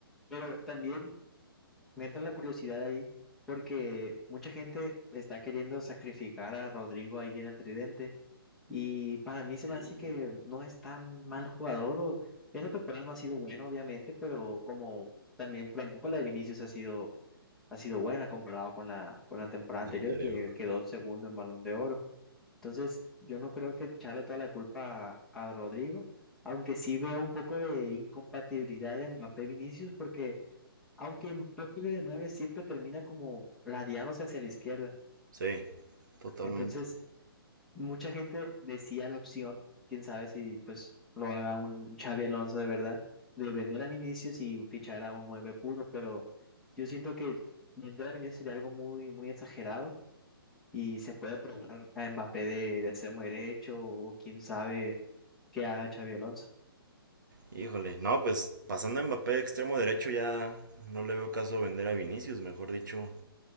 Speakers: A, in the centre; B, on the right.
A: pero también me entra la curiosidad ahí, porque mucha gente está queriendo sacrificar a Rodrigo ahí en el tridente, y para mí se
B: y
A: me hace que no es tan mal jugador, o esta temporada no ha sido buena, obviamente, pero como también tampoco la de Vinicius ha sido, ha sido buena comparado con la, con la temporada anterior,
B: anterior.
A: que quedó segundo en Balón de Oro. Entonces, yo no creo que echarle toda la culpa a, a Rodrigo, aunque sí veo un poco de incompatibilidad de Mbappé-Vinicius, porque aunque Mbappé juegue de nueve, siempre termina como ladeándose hacia la izquierda.
B: Sí, totalmente.
A: Entonces, mucha gente decía la opción, quién sabe si pues lo haga un Xavi Alonso de verdad, de vender a Vinicius y fichar a un nueve puro, pero yo siento que vender a Vinicius sería algo muy, muy exagerado y se puede probar a Mbappé de, de extremo derecho o quién sabe qué haga Xavi Alonso.
B: Híjole, no, pues pasando a Mbappé de extremo derecho ya no le veo caso vender a Vinicius, mejor dicho,